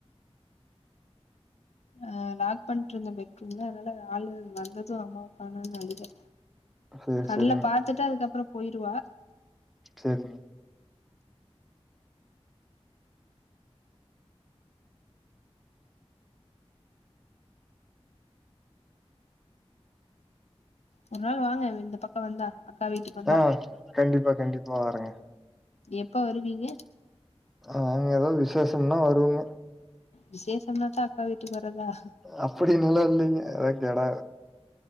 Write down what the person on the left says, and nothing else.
ஆ லாக் பண்ட்டு இருந்த பெட்ரூம்ல அதனால ஆளு வந்தது அம்மாவுக்கானுன் அழுக
கண்ணல
பாத்துட்டா அதுக்கப்றோ போயிருவா
ஒரு நாள் வாங்க இந்த பக்கோ வந்தா அக்கா வீட்டுக்கு வந்தா
எப்ப வருவீங்க
விசேஷம்னா தா அக்கா விட்டுக்குவரதா